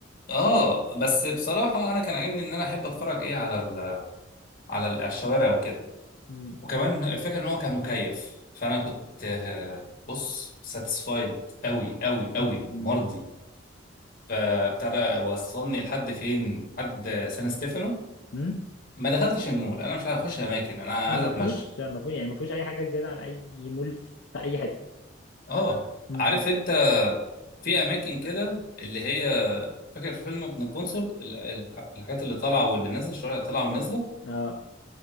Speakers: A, on the left; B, on the left.
A: اه بس بصراحه انا كان عاجبني ان انا احب اتفرج ايه على ال على ال- على الشوارع وكده
B: امم
A: وكمان الفكره ان هو كان مكيف فانا كنت آه، بص ساتسفايد قوي قوي قوي
B: امم
A: مرضي فابتدى وصلني لحد فين لحد سان ستيفانو
B: امم
A: ما دخلتش المول انا مش عايز اخش اماكن انا
B: ما
A: عايز
B: ما
A: اتمشى
B: فيهوش ما فيهوش يعني ما فيهوش اي حاجه زياده عن اي مول في اي حته
A: اه
B: امم
A: عارف انت في اماكن كده اللي هي فاكر في فيلم ابن القنصل ال- ال- الحاجات اللي طالعه واللي نازله الشوارع اللي طالعه والنازله
B: اه